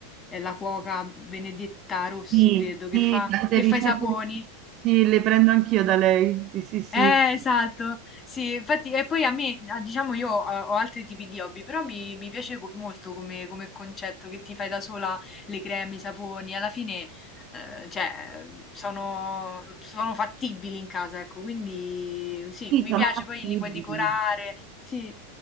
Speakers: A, on the left; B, on the right.
A: eh, la cuoca Benedetta Rossi,
B: Sì,
A: credo,
B: sì,
A: che fa,
B: Tante
A: che
B: ricette
A: fa i saponi
B: sì, le prendo anch'io da lei. Sì, sì, sì.
A: eh, esatto, sì, infatti, e poi a me, ah, diciamo, io ho, ho altri tipi di hobby, però mi, mi piace co- molto come, come concetto che ti fai da sola le creme, i saponi, alla fine, eh, cioè, sono, sono fattibili in casa, ecco, quindi sì,
B: sì,
A: mi
B: sono
A: piace,
B: fattibili.
A: poi li puoi decorare, sì,